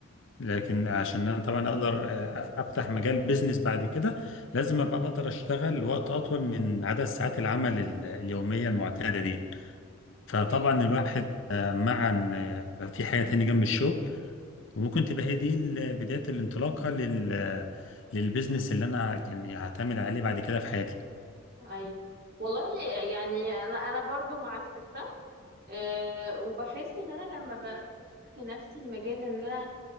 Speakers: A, on the left (about 60°); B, on the right (about 50°).
A: لكن عشان انا طبعا اقدر آه، افتح مجال بيزنس بعد كده لازم ابقى بقدر اشتغل وقت اطول من عدد ساعات العمل ال- اليوميه المعتاده دي فطبعا
B: ايه
A: الواحد آه، مع ان آه، في حياه تاني جنب الشغل وممكن تبقى هي دي ال- بدايه الانطلاقه لل للبيزنس اللي انا يعني هعتمد عليه بعد كده في حياتي
B: ايوه والله يعني انا انا برضو مع الفكرة آه وبحس ان انا لما ب- بفتح لنفسي المجال ان انا